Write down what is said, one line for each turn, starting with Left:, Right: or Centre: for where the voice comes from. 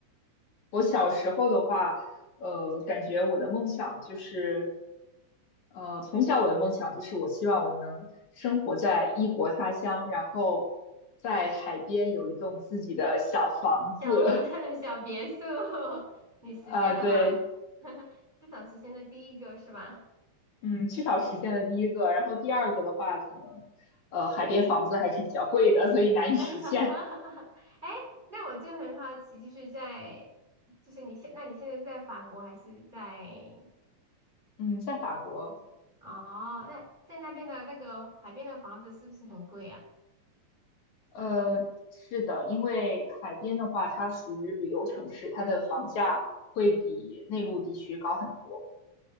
Left: 我小时候的话，呃，感觉我的梦想就是呃，从小我的梦想就是我希望我能生活在异国他乡，然后在海边有一栋自己的小房子。
Right: 小 <laughs> 小别墅，<laughs> 你实现了吗？
Left: <laughs> 呃，对，
Right: <laughs> 至少实现了第一个是吧？
Left: 嗯，至少实现了第一个，然后第二个的话，可能呃海边房子还是比较贵的，所以难以实现。
Right: <laughs> 哈哈哈！哎，那我就很好奇，就是在，就是你现，那你现在是在法国还是在？
Left: 嗯，在法国，
Right: 哦，那在那边的那个海边的房子是不是很贵啊？
Left: 呃，是的，因为海边的话，它属于旅游城市，它的房价会比内陆地区高很多。